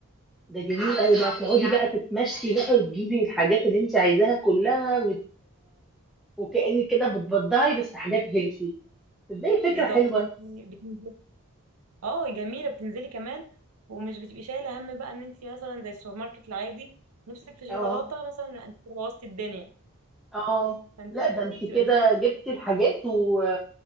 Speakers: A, in the centre; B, on the right.
A: ده جميل قوي بقى تقعدي بقى تتمشي بقى وتجيبي الحاجات اللي انت عايزاها كلها وت... وكأنك كده بتبضعي بس حاجات هيلثي تصدقي فكرة
B: بالظبط
A: حلوة
B: فانت بتنزلي اه جميله بتنزلي كمان ومش بتبقي شايله هم بقى ان انت مثلا زي السوبر ماركت العادي نفسك في
A: اه
B: شوكولاته مثلا لا، انت كده بوظتي الدنيا
A: اه
B: فانت
A: لا
B: هناك
A: ده انت
B: بتبقى
A: كده
B: الدنيا
A: جبتي الحاجات و...